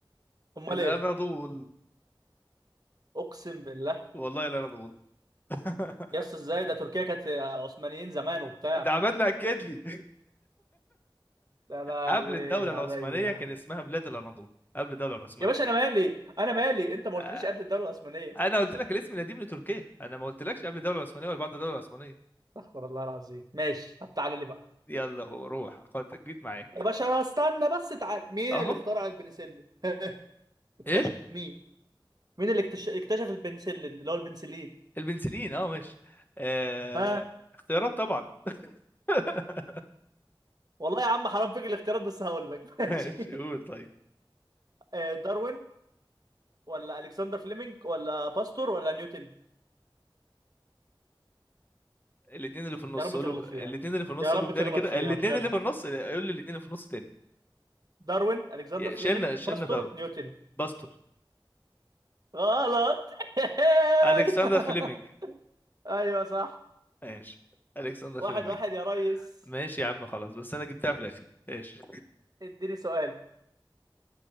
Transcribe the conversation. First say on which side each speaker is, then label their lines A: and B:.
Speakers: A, on the right; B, on the left.
A: امال
B: الاناضول
A: ايه اقسم بالله
B: والله الاناضول <laughs>
A: يا اسطى ازاي ده تركيا كانت عثمانيين زمان وبتاع
B: ده عملنا اكد لي
A: يا لهوي
B: قبل الدوله العثمانيه
A: عليا
B: كان اسمها بلاد الاناضول قبل الدوله العثمانيه
A: يا باشا انا مالي انا مالي انت ما
B: آه،
A: قلتليش قبل الدوله العثمانيه
B: انا قلت لك الاسم القديم لتركيا انا ما قلتلكش قبل الدوله العثمانيه ولا بعد الدوله العثمانيه
A: استغفر الله العظيم ماشي طب تعالى لي بقى
B: يلا هو روح خد جيت معاك
A: يا باشا استنى بس تعال مين
B: اهو
A: اللي اخترع البنسلين <laughs> اكتشف
B: ايه
A: مين مين اللي اكتش- اكتشف البنسلين اللي هو البنسلين
B: البنسلين اه ماشي آه،
A: ها
B: اختيارات طبعا <laughs>
A: والله يا عم حرام فيك الاختيارات بس هقول لك <laughs> ماشي
B: ماشي قول طيب
A: آه، داروين ولا الكسندر فليمنج ولا باستور ولا نيوتن
B: الاثنين اللي في النص
A: يا رب
B: قولوا
A: تغلط فيها
B: الاثنين اللي في النص
A: يا رب
B: قولهم تاني
A: تغلط
B: كده
A: فيها
B: الاثنين
A: بجد
B: اللي في النص قول لي الاثنين اللي في النص تاني
A: داروين الكسندر
B: يا-
A: فليمنج
B: شيلنا شيلنا
A: باستور
B: ده
A: نيوتن
B: باستور
A: غلط <laughs>
B: الكسندر فليمنج
A: ايوه صح
B: ماشي الكسندر
A: واحد
B: فليمنج
A: واحد يا ريس
B: ماشي يا عم خلاص بس انا جبتها في الاخر ايش
A: اديني سؤال